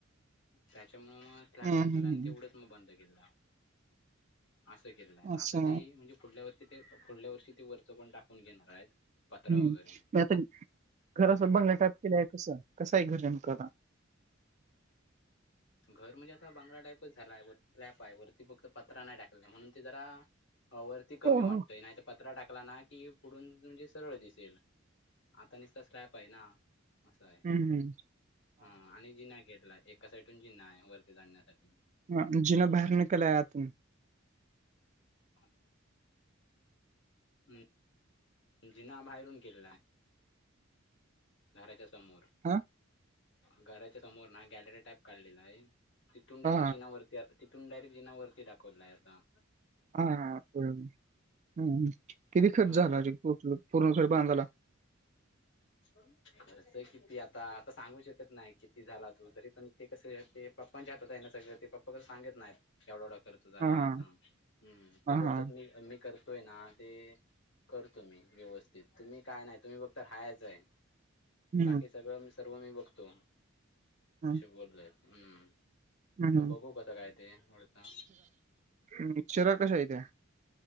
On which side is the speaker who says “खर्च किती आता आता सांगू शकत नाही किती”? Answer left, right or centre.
Left